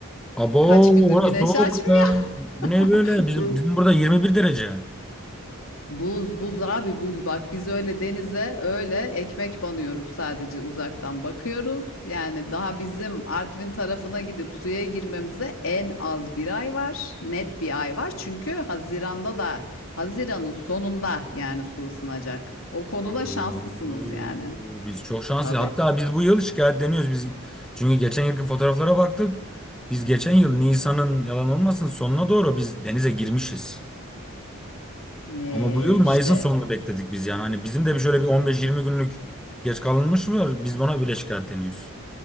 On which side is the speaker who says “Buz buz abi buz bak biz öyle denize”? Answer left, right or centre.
Left